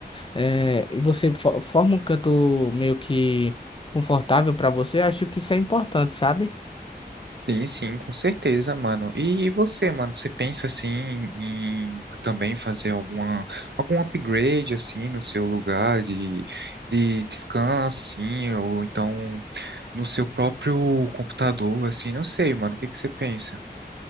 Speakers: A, on the left; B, on the right.
A: é, e você fo- forma um canto meio que confortável pra você, acho que isso é importante, sabe?
B: Sim, sim, com certeza, mano. E, e você, mano, você pensa assim em também fazer alguma algum upgrade assim no seu lugar de, de descanso, assim, ou então no seu próprio computador, assim, não sei, mano, o que que você pensa?